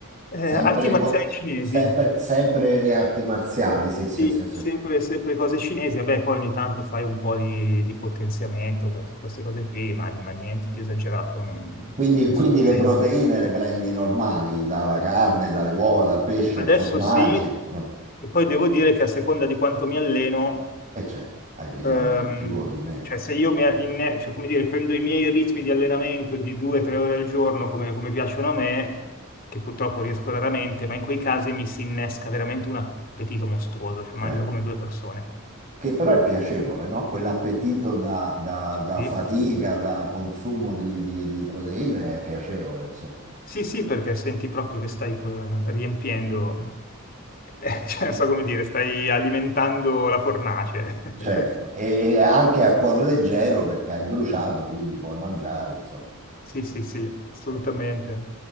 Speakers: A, on the left; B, on the right.
A: Eh,
B: Sempre,
A: arti marziali
B: co-
A: cinesi,
B: sempre- sempre le arti marziali, sì, sì,
A: Sì,
B: sì, sì.
A: sempre, sempre cose cinesi, vabbè, poi ogni tanto fai un po' di, di potenziamento, queste, queste cose qui, ma, ma niente di esagerato, non-
B: Quindi,
A: personalmente.
B: quindi le proteine le prendi normali, dalla carne, dalle uova, dal pesce,
A: Adesso
B: formaggi.
A: sì,
B: eh.
A: e poi devo dire che a seconda di quanto mi alleno,
B: E certo, hai bisogno
A: ehm,
B: di più o di meno.
A: cioè se io mi inne- cioè, come dire, prendo i miei ritmi di allenamento di due o tre ore al giorno, come, come piacciono a me, che purtroppo riesco raramente, ma in quei casi mi si innesca veramente un appetito mostruoso, cioè mangio
B: Certo.
A: come due persone.
B: che però è piacevole, no? Quell'appetito da, da- da
A: Sì,
B: fatica,
A: sì.
B: da consumo di, di- di proteine è piacevole, insomma.
A: Sì, sì, perché senti proprio che stai eh, riempiendo, <laughs> eh, cioè, non so come dire, stai alimentando la fornace. <laughs>
B: Certo, e, e anche a cuor leggero perché hai bruciato, quindi puoi mangiare, insomma.
A: Sì, sì, sì, assolutamente,
B: <laughs>